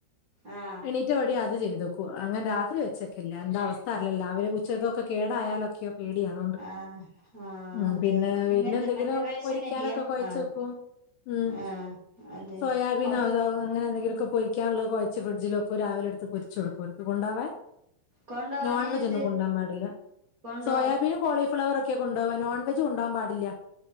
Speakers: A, on the right (about 90°); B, on the left (about 80°).
A: ആഹ്
B: എണീറ്റപടി അത് ചെയ്തു അങ്ങനെ രാത്രി വെച്ചൊക്കല്ല എന്താ അവസ്ഥ അല്ലോ രാവില ഉച്ചതൊക്കെ കേടായാലൊക്കെയോ പേടിയ അതുകൊണ്ട്
A: ആഹ് ആഹ്
B: ഉ
A: അതെ
B: പിന്നെ
A: നിങ്ങ
B: പിന്നെ എന്തെങ്കിലും
A: മറ്റേ റേഷൻ
B: പൊരിക്കാനൊക്കെ
A: അരിയാ
B: കുഴച്ച
A: ആഹ്
B: വെക്കും ഉം
A: ആഹ് അതെ
B: സോയാബീനോതോ
A: അപ്പൊ
B: അങ്ങനെ എന്തെങ്കിലുമൊക്കെ പൊരിക്കാനുള്ളത് കുഴച്ച് ഫ്രിഡ്ജിലക്കെ രാവിലെ അടുത്ത് പൊരിച്ചു കൊടുക്കു
A: കൊണ്ടോവാന്
B: നോൺവെജ
A: എന്ത്
B: ഒന്നും കൊണ്ടാൻ പാടില്ല
A: കൊണ്ടോ
B: സോയാബീനും കോളി ഫ്ലവറൊക്കെ കൊണ്ടപോവാ നോൺവെജ് കൊണ്ടപോകൻ പാടില്ല